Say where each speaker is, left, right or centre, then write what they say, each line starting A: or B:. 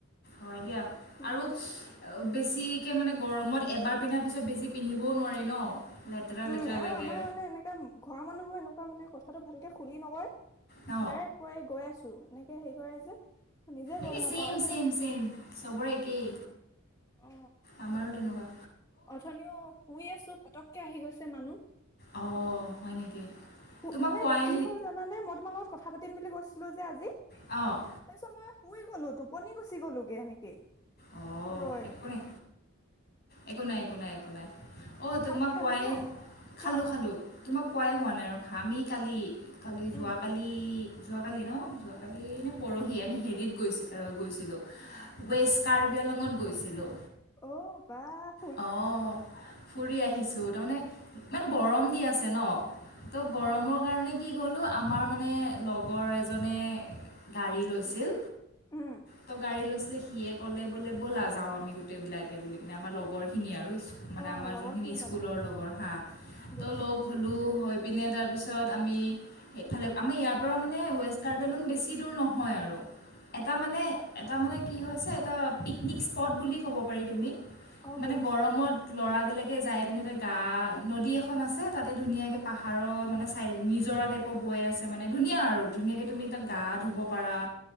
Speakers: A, on the left; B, on the left.
A: হয়, দিয়া
B: দিনটোত
A: আৰু বেছিকে মানে গৰমত, এবাৰ পিন্ধাৰ পিছত বেছি পিন্ধিবও নোৱাৰি ন? লেতেৰা
B: উম,
A: লেতেৰা
B: আৰু
A: লাগে
B: আমাৰ মানে এনেকোৱা ঘৰৰ মানুহবোৰ, এনেকুৱা মানে কথাটো ভালকে খুলি নকয়।
A: ন
B: ডাইৰেক্ট কৈ গৈ আছো। এনেকে হেৰি কৰে যে। নিজে
A: এই
B: গম নাপাও
A: চেইম,
B: এইফালে
A: চেইম, চেইম, চবৰে একেই।
B: অ
A: আমাৰো তেনেকোৱা।
B: অথনিও শুই আছো, পটকে আহি গৈছে মানুহ।
A: অঁ হয় নেকি তোমাক
B: মানে
A: কোৱাই
B: কি হ'ল জানানে? মই তোমাৰ লগত কথা পাতি দিম বুলি কৈছিলো যে, আজি।
A: অ,
B: তাৰ পিছত মই শুই গলো। টোপনি গুচি গলো গ'লে এনেকে।
A: অ,
B: ৰৈ
A: একো নাই, একো নাই, একো নাই, একো নাই। অ, তোমাক
B: ভাত খালা
A: কোৱাই,
B: ন
A: খালোঁ,
B: কোৱা
A: খালোঁ।
B: অ
A: তোমাক কোৱাই হোৱা নাই ৰখা। আমি কালি, কালি, যোৱাকালি
B: উম
A: যোৱাকালি ন, যোৱাকালি নে, পৰহি আমি হেৰিত গৈ গৈছিলোঁ। ৱেষ্ট কাৰ্বিআংলংত গৈছিলোঁ।
B: অ, বাহ।
A: অ, ফুৰি আহিছোঁ, তাৰমানে ইমান গৰম দি আছে ন? ত, গৰমৰ
B: অ
A: কাৰণে কি গ'লো আমাৰ মানে, লগৰ এজনে গাড়ী লৈছিল।
B: উম
A: ত, গাড়ী লৈছিলে। সিয়ে ক'লে বলা যাও, আমি গোটেই বিলাকে বুলি কিনে আমাৰ লগ লগৰখিনি আৰু মানে
B: অ
A: আমাৰ
B: লগৰ
A: যোনখিনি
B: খিনি
A: স্কুলৰ
B: গলা
A: লগৰ হা, ত,
B: বুজিছো
A: লগ হলোঁ হই পিনে তাৰপিছত আমি সেইফালে আমাৰ ইয়াৰ পৰা মানে ৱেষ্ট কাৰ্বি আংলঙ বেছি দূৰ নহয় আৰু। এটা মানে এটা মানে কি হৈছে এটা পিকনিক স্পট বুলি ক'ব পাৰি তুমি।
B: অ
A: মানে
B: বুজিছো
A: গৰমত ল'ৰা বিলাকে যায় পিনে তাত গা নদী এখন আছে তাতে ধুনীয়াকে পাহাৰৰ মানে চাইডে নিজৰা টাইপ বৈ আছে মানে ধুনীয়া আৰু ধুনীয়াকে তুমি তাত গা ধুব পাৰা